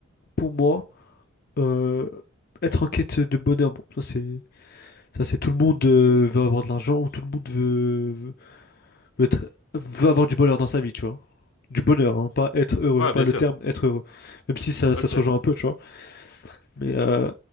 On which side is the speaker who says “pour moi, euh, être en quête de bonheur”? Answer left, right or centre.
Left